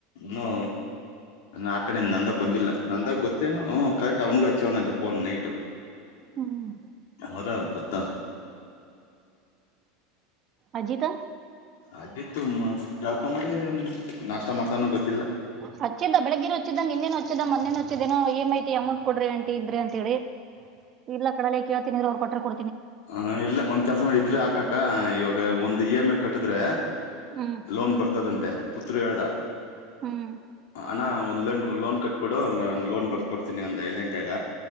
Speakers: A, on the left (about 75°); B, on the right (about 35°).
A: ನ ಆ ಕಡೆ ನಂದಾಗ ಬಂದಿಲ್ಲ ನಂದಾಗ ಗೊತ್ತೇನು ಕರೆಕ್ಟ್ ಅವ್ನಗ ಹಚ್ಚವನಂತೆ ಪೊನ್ ನೈಟ್
B: ಹ್ಮ್
A: ಅವರ ಬತ್ತ
B: ಅಜಿತ
A: ಅತ್ತು ಜಾತ ಮಾಡಿ ನಾಷ್ಟ ಮಾಡ್ತಾನ ಗೊತ್ತ
B: ಹಚ್ಚಿದ್ದ ಬೆಳಗ್ಗೆರು ಹಚ್ಚಿದ್ದಂ ಇನ್ನೇನು ಹಚ್ಚ ಚ್ಚ ಮೊಚ್ಚೇನೋ ಇ ಎಮಂ ಐಟ ಅಮೌಂಟ್ ಕೊಡ್ರಿ ಅಂಟಿ ಇದ್ರಿ ಅಂತ ಹೇಳಿ ಇಲ್ಲಾ ಕಡ ತ್ತಿನ ನೀವರು ಕೊಟ್ಟ ಕೊ
A: ಹ ಇಲ್ಲ ಒಂದ್ ಕೆಲ್ಸ ಮಾಡಿ ಇದ್ರೆ ಆಾಕಾಕ್ಕ ಇವಾಗ ಒಂದ್ ಇ ಎಮ್ ಕಟ್ಟಿದ್ರೆ
B: ಹ್ಮ್
A: ಲೋನ್ ಬರ್ತದಂತೆ ಪುತ್ರು ಹೇಳ್ದ
B: ಹ್ಮ್
A: ಅಣ ಒಂದ್ ಲೋನ್ ಲೋನ್ ಕಟ್ಬಿಡು ಲೋನ್ ಬರ್ಕೊತನಿ ಒಂದ ಎೆಂಟಿಯಾಗ